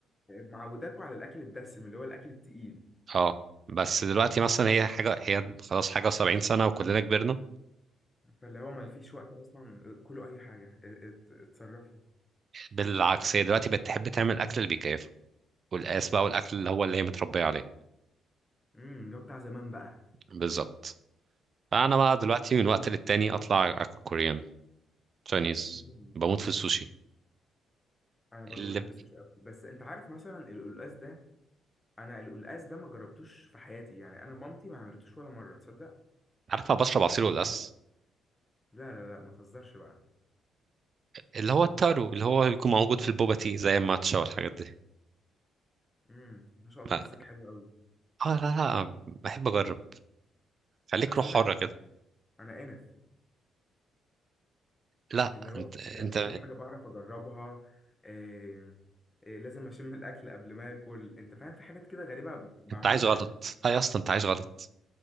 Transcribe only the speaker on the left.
معوداكوا على الاكل الدسم اللي هو الاكل التقيل
فاللي هو ما فيش وقت اصلا كله اي حاجه ات- ات- اتصرفوا
امم اللي هو بتاع زمان بقى
بس-
مم.
انا برضو
بحب السوشي قوي بس انت عارف مثلا القلقاس ده انا القلقاس ده ما جربتوش في حياتي يعني انا مامتي ما عملتوش ولا مره تصدق
لا لا لا ما تهزرش بقى
امم ما شاء الله
نفسك حلو قوي
اصل
انا
انف
انا انف
اللي هو
مش مش اي حاجه بعرف اجربها إيه إيه لازم اشم الاكل قبل ما اكل انت فاهم في حاجات كده غريبه بعملها